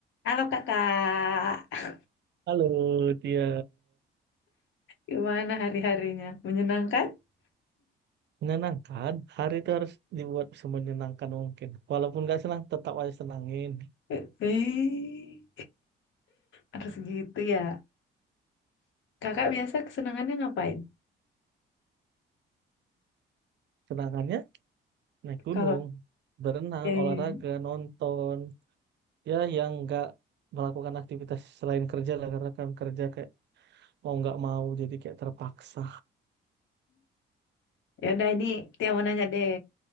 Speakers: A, on the left (about 75°); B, on the right (about 60°).
A: Halo kakak,
B: Halo, dia
A: gimana hari-harinya? Menyenangkan? <laughs>
B: menyenangkan. Hari itu harus dibuat semenyenangkan mungkin. Walaupun nggak senang, tetap aja senangin.
A: Eh, harus gitu ya. Kakak biasa kesenangannya ngapain?
B: Senangannya naik gunung,
A: Kalau
B: berenang,
A: eh,
B: olahraga, nonton. Ya, yang nggak melakukan aktivitas selain kerja lah, karena kan kerja kayak mau nggak mau jadi kayak terpaksa.
A: ya udah ini Tia mau nanya deh.